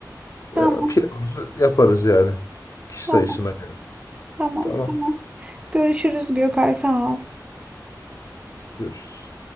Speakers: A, on the right (about 15°); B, on the left (about 50°).
A: Tamam,
B: Ee, planımızı yaparız yani. Kişi
A: tamam,
B: sayısına göre.
A: tamam,
B: Tamam.
A: tamam. Görüşürüz Gökay, sağ ol.
B: Görüşürüz.